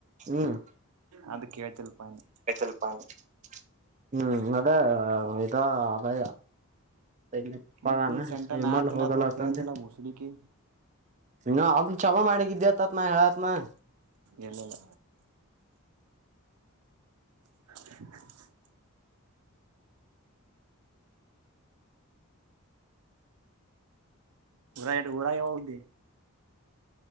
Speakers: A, on the right; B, on the right.
A: ಹ್ಮ್
B: ಅದ ಕೇಳ್ತಿಲ್ ಪ ನಿ
A: <unintelligible> ಹ್ಮ್ ಅದ ಮತ್ತೆ ಇದಾ ಅವಾ <unintelligible>
B: ಮತ್ ನೀ ಸಂಟ ನಾ ತಿನ್ನತ್ನಂತ
A: ಹೋಗಲ್ಲ ಅಂತ
B: ಹೇಳ್ತಿಲ್ಲ
A: ಅಂದೆ
B: ಮುಸುಡಿಕಿ
A: ಇ ಅವ ಚಲೊ ಮಾಡಿದ್ದೆ ಇದಿದ್ದೇತತ್ ನ ಹೇಳತ್ನ
B: ಎಲ್ಲಲ್ಲ <unintelligible> <inaudible> <unintelligible> ಹೋಗಿ